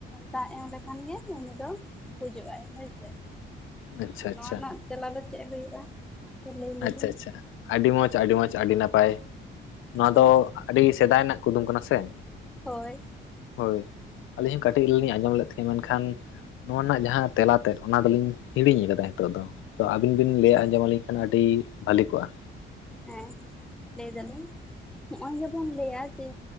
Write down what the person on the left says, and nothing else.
ᱟᱪᱪᱷᱟ
ᱟᱪᱪᱷᱟ
ᱟᱪᱪᱷᱟ ᱟᱪᱪᱷᱟ ᱟᱹᱰᱤ ᱢᱚᱡᱽ ᱟᱹᱰᱤ ᱢᱚᱡᱽ ᱟᱹᱰᱤ ᱱᱟᱯᱟᱭ ᱱᱚᱣᱟ
ᱫᱚ᱾ ᱟᱹᱰᱤ ᱥᱮᱫᱟᱭ ᱨᱮᱱᱟᱜ ᱠᱩᱫᱩᱢ ᱠᱟᱱᱟ ᱥᱮ᱾
ᱦᱳᱭ ᱟᱹᱞᱤᱧ ᱦᱚᱸ ᱠᱟᱹᱴᱤᱡ ᱨᱮ ᱞᱤᱧ ᱟᱸᱡᱚᱢ ᱞᱮᱫ ᱛᱟᱦᱮᱸᱱᱟ ᱢᱮᱱᱠᱷᱟᱱ ᱱᱚᱣᱟ ᱨᱮᱱᱟᱜ ᱡᱟᱦᱟᱸ ᱛᱮᱞᱟ ᱛᱮᱫ ᱚᱱᱟ ᱫᱚᱞᱤᱧ ᱦᱤᱲᱤᱧ ᱟᱠᱟᱫᱟ ᱱᱤᱛᱚᱜ ᱫᱚ᱾ ᱛᱚ ᱟᱹᱵᱤᱱ ᱵᱤᱱ
ᱞᱟᱹᱭ ᱟᱸᱡᱚᱢ ᱟᱹᱞᱤᱧ ᱠᱷᱟᱱ ᱟᱹᱰᱤ ᱵᱷᱟᱞᱤ ᱠᱚᱜᱼᱟ᱾